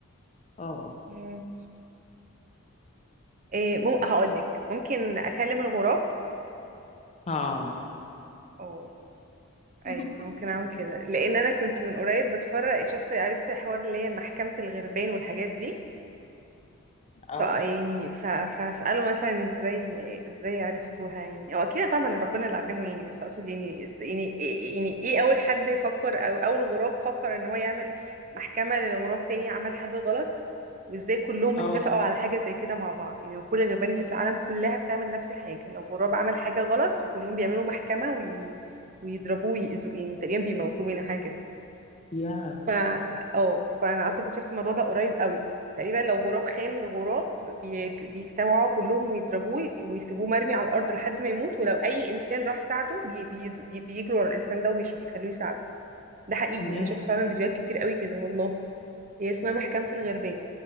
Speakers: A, on the left; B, on the right.
A: اه
B: مم. إيه مم... هقول لك ممكن اكلم الغراب
A: اه
B: او
A: <laughs>
B: ايوه انا ممكن اعمل كده لان انا كنت من قريب بتفرج شفت عرفت الحوار اللي هي محكمة الغربان والحاجات دي
A: اه
B: ف يعني ف... فاساله مثلا ازاي ازاي عرفتوها يعني او اكيد أنا فاهمه ان ربنا اللي علمه يعني بس اقصد يعني إز... يعني إيه- يعني ايه اول حد يفكر او اول غراب فكر ان هو يعمل محكمه لغراب تاني عمل حاجه غلط وازاي كلهم
A: اه
B: اتفقوا على حاجه زي كده مع بعض يعني كل الغربان اللي في العالم كلها بتعمل نفس الحاجه لو غراب عمل حاجه غلط وكلهم بيعملوا محكمه وي... ويضربوه ويأذوه يعني تقريبا بيموتوه يعني حاجه كده
A: يا
B: ف اه فانا اصلا كنت شفت الموضوع ده قريب قوي تقريبا لو غراب خان غراب بيج- بيجتمعوا كلهم ويضربوه ويسيبوه مرمي على الارض لحد ما يموت ولو اي انسان راح ساعده بي بي بي- بيجروا على الانسان ده ومش بيخلوه يساعده ده حقيقي
A: يا
B: انا شفت فعلا فيديوهات كتير قوي كده والله هي اسمها محكمة الغربان